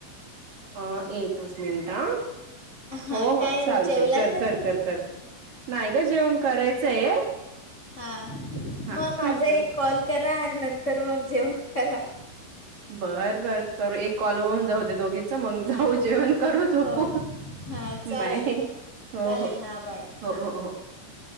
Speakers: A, on the right; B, on the left.
A: अ एकच मिनट हा
B: हां
A: हो हो
B: काय
A: चालतय
B: जेवलात
A: कर
B: नाही
A: कर
B: तुम्ही
A: कर कर. नाही ग जेवण करायचंय.
B: हा मग
A: हा
B: माझा
A: कर
B: एक
A: कर
B: कॉल करा आणि नंतर मग जेवण करा.
A: बर बर करू एक कॉल होऊन जाऊ दे दोघी. चल मग जाऊ
B: हां
A: जेवण करू झोपू
B: हो हां चालेल
A: बाय. हो
B: चालेल
A: हो
B: हां बाय
A: हो
B: हां
A: हो हो.